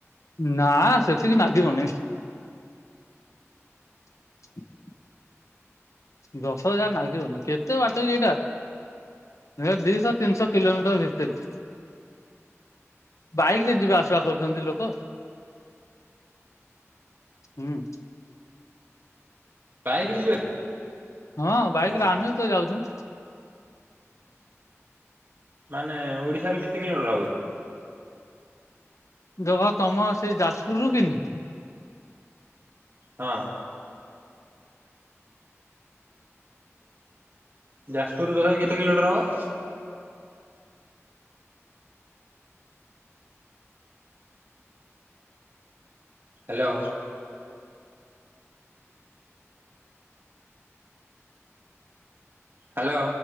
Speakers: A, on the left; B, on the right.
A: ନା ସେତିକି ନାଗିବନି। <unintelligible> ଦଶ ହଜାର ନାଗିବନି କେତେ ବାଟ କି ଏଇଟା? ହେ ଦିଶହ ତିନିଶହ କିଲୋମିଟର ଭିତେରେ। ବାଇକରେ ଯିବା ଆସିବା କରୁଚନ୍ତି ଲୋକ। ହୁଁ।
B: ବାଇକ୍ ରେ ଯିବା
A: ହଁ ବାଇକରେ
B: ଭାଇ
A: ଆମେ ତ ଯାଉଚୁ।
B: ମାନେ ଓଡିଶାରୁ କେତେ କିଲୋମଟର ହବ କି?
A: ଦେଖ ତମର ସେଇ ଯାଜପୁରରୁୁ କିନି
B: ହଁ। ଯାଜପୁରରୁ ତଥାପି କେତେ କିଲୋମିଟର ହବ? ହାଲୋ। ହ୍ୟାଲୋ।